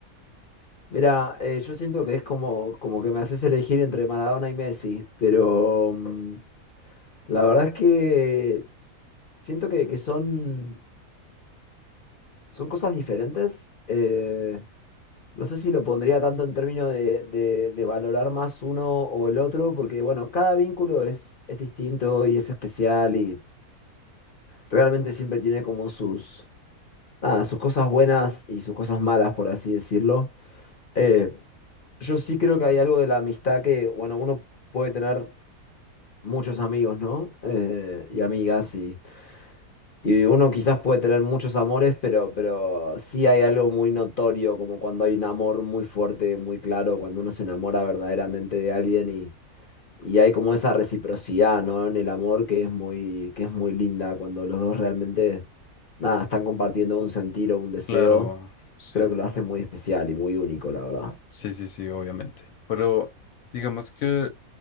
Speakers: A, on the left; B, on the left.
A: mira, eh, yo siento que es como, como que me haces elegir entre Maradona y Messi, pero mm, la verdad es que siento que, que son, son cosas diferentes. Eh, no sé si lo pondría tanto en términos de, de- de valorar más uno o el otro, porque bueno, cada vínculo es, es distinto y es especial y realmente siempre tiene como sus nada, sus cosas buenas y sus cosas malas, por así decirlo. Eh, yo sí creo que hay algo de la amistad que, bueno, uno puede tener muchos amigos, ¿no? Eh, y amigas, y, y uno quizás puede tener muchos amores, pero, pero sí hay algo muy notorio, como cuando hay un amor muy fuerte, muy claro, cuando uno se enamora verdaderamente de alguien y... Y hay como esa reciprocidad, ¿no? En el amor que es muy, que es muy linda cuando los dos realmente, nada, están compartiendo un sentir o un deseo
B: Claro, sí,
A: Creo que lo hace muy especial y muy único, la verdad.
B: sí, sí, sí, obviamente. Pero digamos que